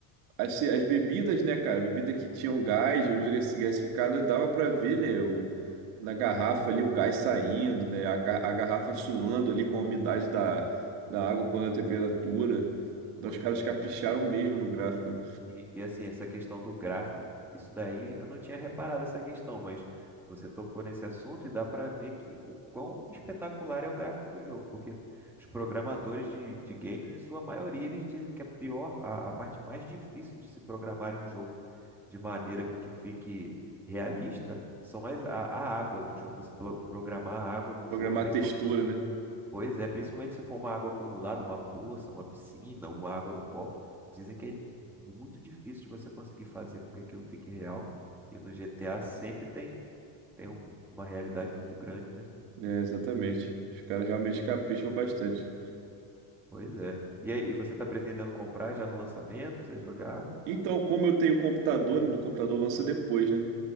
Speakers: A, on the right; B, in the centre.
A: as, as bebidas, né, cara, bebida que tinham gás, bebida gas- gasificada, dava pra ver, né, o, na garrafa ali o gás saindo, né, a, ca- a garrafa suando ali com a umidade da, da água quando é a temperatura. Então
B: Pois
A: os caras
B: é.
A: capricharam mesmo no gráfico, né?
B: E, e, assim, essa questão do gráfico, isso daí eu não tinha reparado essa questão, mas você tocou nesse assunto e dá para ver que o quão espetacular é o gráfico do jogo, porque os programadores de, de games, em sua maioria, eles dizem que a pior, a, a parte mais difícil de se programar em um jogo de maneira que fique realista são as, a, a água do jogo. Você pro- programar a água no
A: Programar
B: jogo, principalmente
A: a textura, né?
B: Pois é, principalmente se for uma água acumulada, uma poça, uma piscina, uma água no copo. Dizem que é muito difícil de você conseguir fazer com que aquilo fique real. E no GTA sempre tem, tem um- uma realidade muito grande, né?
A: É, exatamente. Os caras realmente capricham bastante.
B: Pois é. E, aí, e você está pretendendo comprar já no lançamento para você jogar?
A: Então, como eu tenho computador, né, o computador lança depois, né?